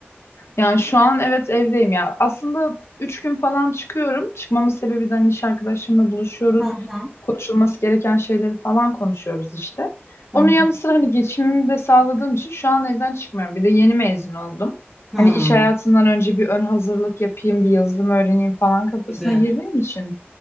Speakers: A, on the left; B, in the centre.
A: Yani şu an evet evdeyim ya. Aslında üç gün falan çıkıyorum. Çıkmamın sebebi de hani iş arkadaşımla buluşuyoruz.
B: Hı hı,
A: Konuşulması gereken şeyleri falan konuşuyoruz işte. Onun
B: hı hı.
A: yanı sıra hani geçimimi de sağladığım için şu an evden çıkmıyorum. Bir de yeni mezun oldum.
B: Hı,
A: Hani iş hayatından önce bir ön hazırlık yapayım, bir yazılım öğreneyim falan kafasına
B: tabii.
A: girdiğim için.